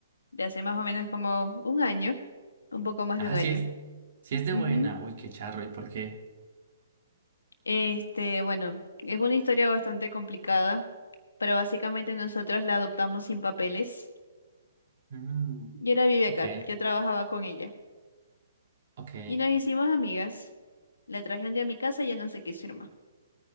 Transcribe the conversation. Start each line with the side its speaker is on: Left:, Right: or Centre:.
Left: de hace más o menos como un año, un poco más
Right: Ah,
Left: de un año.
Right: sí es, sí es de
Left: Ujú.
Right: buena. Uy, qué charro, ¿y por qué?
Left: Este, bueno, es una historia bastante complicada, pero básicamente nosotros la adoptamos sin papeles.
Right: Mm,
Left: Yo ahora vive
Right: ok,
Left: acá, yo trabajaba con ella
Right: ok,
Left: y nos hicimos amigas. La traje un día a mi casa y ya no se quiso ir más.